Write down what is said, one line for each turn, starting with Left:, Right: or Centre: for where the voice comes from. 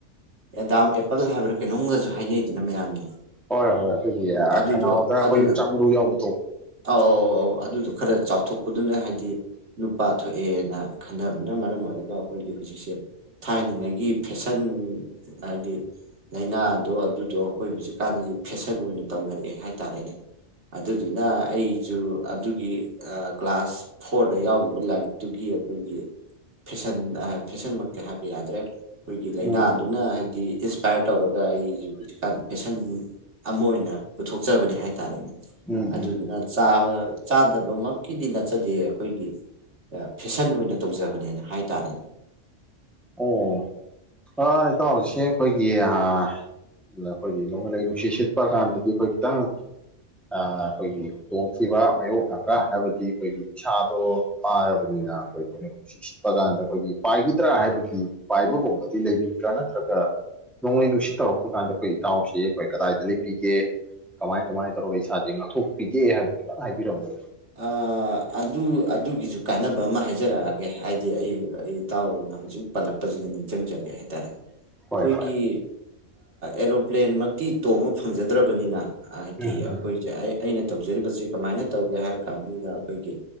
Right: ꯗꯗꯥꯝ ꯑꯦꯄꯜ ꯍꯥꯏꯕ꯭ꯔꯥ ꯀꯩꯅꯣꯝꯒꯁꯨ ꯍꯥꯏꯅꯩꯗꯅ ꯃꯌꯥꯝꯅ
Centre: ꯍꯣꯏ ꯍꯣꯏ ꯑꯩꯈꯣꯏꯒꯤ
Right: ꯑꯗꯨꯗꯣ
Centre: ꯈꯅꯥꯎꯗ ꯑꯩꯈꯣꯏ
Right: ꯑꯗꯨ
Centre: ꯌꯣꯡꯆꯥꯛ ꯃꯔꯨ ꯌꯥꯎꯕꯗꯣ
Right: ꯑꯧ ꯑꯧ ꯑꯧ ꯑꯗꯨꯗꯣ ꯈꯔ ꯆꯥꯎꯊꯣꯛꯄꯗꯨꯅ ꯍꯥꯏꯗꯤ ꯅꯨꯄꯥ ꯊꯣꯛꯑꯦꯅ ꯈꯟꯅꯕꯅ ꯃꯔꯝ ꯑꯣꯏꯔꯒ ꯑꯈꯣꯏꯒꯤ ꯍꯨꯖꯤꯛꯁꯦ ꯊꯥꯏꯅꯉꯩꯒꯤ ꯐꯦꯁꯟ ꯍꯥꯏꯗꯤ ꯂꯥꯏꯅꯥꯗꯣ ꯑꯗꯨꯗꯣ ꯑꯈꯣꯏ ꯍꯨꯖꯤꯛꯀꯥꯟꯒꯤ ꯐꯦꯁꯟ ꯑꯣꯏꯅ ꯇꯧꯅꯔꯛꯑꯦ ꯍꯥꯏꯇꯥꯔꯦꯅꯦ ꯑꯗꯨꯗꯨꯅ ꯑꯩꯖꯨ ꯑꯗꯨꯒꯤ ꯑꯥ ꯀ꯭ꯂꯥꯁ ꯐꯣꯔꯗ ꯌꯥꯎꯒꯤꯕ ꯂꯥꯏꯔꯤꯛ ꯇꯨꯒꯤ ꯑꯗꯨꯒꯤ ꯐꯦꯁꯟ ꯑꯥ ꯐꯦꯁꯟꯃꯛꯇꯤ ꯍꯥꯏꯕ ꯌꯥꯗ꯭ꯔꯦ ꯑꯩꯈꯣꯏꯒꯤ ꯂꯥꯏꯅꯥꯗꯨꯅ
Centre: ꯎꯝ ꯎꯝ
Right: ꯍꯥꯏꯗꯤ ꯏꯟꯁ꯭ꯋꯄꯌꯔ ꯇꯧꯔꯒ ꯑꯩꯖꯨ ꯍꯨꯖꯤꯛꯀꯥꯟ ꯐꯦꯁꯟ ꯑꯃ ꯑꯣꯏꯅ ꯄꯨꯊꯣꯛꯆꯕꯅꯦ ꯍꯥꯏꯇꯥꯔꯦꯅꯦ
Centre: ꯎꯝ
Right: ꯑꯗꯨꯗꯨꯅ
Centre: ꯎꯝ
Right: ꯆꯥꯕ ꯆꯥꯗꯕꯃꯛꯀꯤꯗꯤ ꯅꯠꯆꯗꯦ ꯑꯩꯈꯣꯏꯒꯤ ꯐꯦꯁꯟ ꯑꯣꯏꯅ ꯇꯧꯖꯕꯅꯦꯅ ꯍꯥꯏꯇꯥꯔꯦꯅꯦ꯫
Centre: ꯑꯣ ꯑ ꯏꯇꯥꯎꯁꯦ ꯑꯩꯈꯣꯏꯒꯤ ꯑ ꯑꯗꯨꯅ ꯑꯩꯈꯣꯏꯒꯤ ꯅꯣꯡꯂꯩ ꯅꯨꯡꯁꯤꯠ ꯁꯤꯠꯄ ꯀꯥꯟꯗꯗꯤ ꯑꯩꯈꯣꯏ ꯈꯤꯇꯪ ꯑꯥ ꯑꯩꯈꯣꯏꯒꯤ ꯈꯨꯗꯣꯡꯊꯤꯕ ꯃꯥꯏꯌꯣꯛꯅꯕ꯭ꯔꯥ ꯍꯥꯏꯕꯗꯤ ꯑꯩꯈꯣꯏꯒꯤꯥꯗꯣ ꯏꯁꯥꯗꯣ ꯄꯥꯔꯕꯅꯤꯅ ꯑꯩꯈꯣꯏ ꯅꯨꯡꯁꯤꯠꯄ ꯀꯥꯟꯗ ꯑꯩꯈꯣꯏꯒꯤ ꯄꯥꯏꯈꯤꯗ꯭ꯔꯥ ꯍꯥꯏꯕ ꯑꯩꯈꯣꯏꯒꯤ ꯄꯥꯏꯕꯒꯨꯝꯕꯗꯤ ꯂꯩꯕꯤꯕ꯭ꯔꯥ ꯅꯠꯇ꯭ꯔꯒ꯫ ꯅꯣꯡꯂꯩ ꯅꯨꯡꯁꯤꯠ ꯇꯧꯔꯛꯄ ꯀꯥꯟꯗ ꯑꯩꯈꯣꯏ ꯏꯇꯥꯎꯁꯤꯦ ꯑꯩꯈꯣꯏ ꯀꯗꯥꯏꯗ ꯂꯩꯕꯤꯒꯦ꯫ ꯀꯃꯥꯏ ꯀꯃꯥꯏꯅ ꯇꯧꯔꯒ ꯏꯁꯥꯁꯦ ꯉꯥꯛꯊꯣꯛꯄꯤꯒꯦ ꯍꯥꯏꯕꯗꯨ ꯈꯤꯇꯪ ꯍꯥꯏꯕꯤꯔꯝꯃꯣ꯫
Right: ꯑ ꯑꯗꯨ ꯑꯗꯨꯒꯤꯁꯨ ꯀꯥꯟꯅꯕ ꯑꯃ ꯍꯥꯏꯖꯔꯛꯑꯒꯦ ꯍꯥꯏꯗꯤ ꯑꯩ ꯑꯩ ꯏꯇꯥꯎꯅ ꯍꯧꯖꯤꯛ ꯄꯜꯂꯛꯄꯁꯤꯗ ꯅꯤꯡꯁꯤꯡꯖꯔꯛꯑꯦ ꯍꯥꯏꯇꯥꯔꯦ꯫ ꯑꯩꯈꯣꯏꯒꯤ
Centre: ꯍꯣꯏ ꯍꯣꯏ
Right: ꯑꯦꯔꯣꯄ꯭ꯂꯦꯟꯃꯛꯇꯤ ꯇꯣꯝꯕ ꯐꯪꯖꯗ꯭ꯔꯕꯅꯤꯅ꯫ ꯍꯥꯏꯗꯤ
Centre: ꯎꯝ
Right: ꯑꯩꯈꯣꯏꯁꯦ
Centre: ꯎꯝ
Right: ꯑꯩ ꯑꯩꯅ ꯇꯧꯖꯔꯤꯕꯁꯦ ꯀꯃꯥꯏꯅ ꯇꯧꯒꯦ ꯍꯥꯏꯔ ꯀꯥꯟꯁꯤꯗ ꯑꯩꯈꯣꯏꯒꯤ꯫